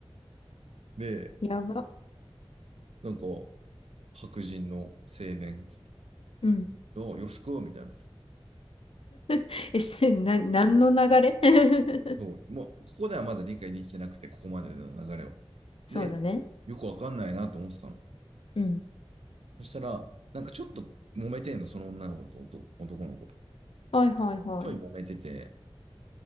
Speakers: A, on the right (about 80°); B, on the left (about 65°).
A: で、
B: やば。
A: なんか、白人の青年
B: うん
A: が、あよろしく、みたいな。
B: <laughs> え、せな、何の流れ <laughs>
A: そう、もう、ここではまだ理解できてなくて、ここまでの流れを。
B: そうだね。
A: で、よくわかんないなと思ってたの。
B: うん。
A: そしたら、なんかちょっと揉めてんの、その女の子と男男の子。
B: はいはいはい。
A: ちょい揉めてて、